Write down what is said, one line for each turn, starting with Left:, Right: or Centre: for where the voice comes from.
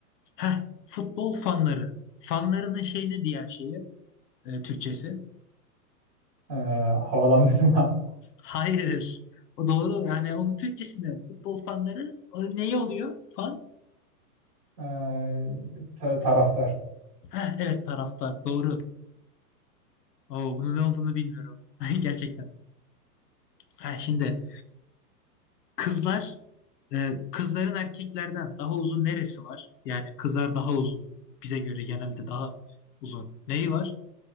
Left: Heh, futbol fanları. Fanlarının şey ne diğer şeyi? E, Türkçesi.
Right: Ee, havalandırma. <laughs>
Left: Hayır. O doğru. Yani onun Türkçesinde futbol fanları o neyi oluyor? Fan?
Right: Ee, ta- taraftar.
Left: Heh, evet taraftar. Doğru. Oo, bunun ne olduğunu bilmiyorum. <laughs> Gerçekten. Ha, şimdi Kızlar, e, kızların erkeklerden daha uzun neresi var? Yani kızlar daha uzun. Bize göre genelde daha uzun. Neyi var?